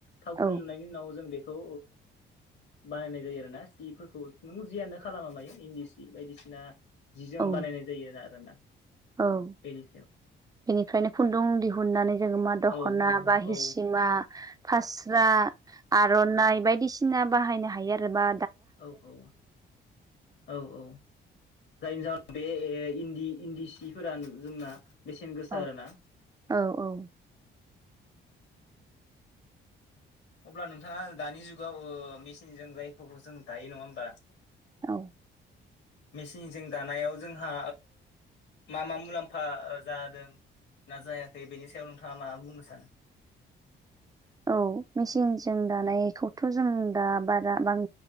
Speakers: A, on the left; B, on the right.
A: थावख्रि
B: औ
A: लुनायनि उनाव जों बेखौ बानायनाय जायो आरो ना सिफोरखौ नों जियानो खालामा मायो इन्दि सि बायदिसिना जि जोम
B: औ
A: बानायनाय जायो आरोना
B: औ
A: बेनि सायाव
B: बेनिफ्रायनो खुन्दुं दिहुननानै जोङो मा दख'ना
A: औ औ
B: बा हिसिमा
A: औ
B: फार्स्ट आर'नाइ बायदिसिना बाहायनो हायो आरोबा
A: औ औ औ औ जायनि जाहोनाव बे इन्दि इन्दि सिफोरा जोंना बेसेन गोसा
B: औ
A: आरोना
B: औ औ
A: अब्ला नोंथाङा दानि जुगाव मेसिनजों जायफोरखौ जों दायो नङा होमबा
B: औ
A: मेसिनजों दानायाव जोंहा मा मा मुलाम्फा जादों ना जायाखै बेनि सायाव नोंथाङा मा बुंनो सानो
B: औ मेचिनजों दानायखौथ' जों दा बारा बां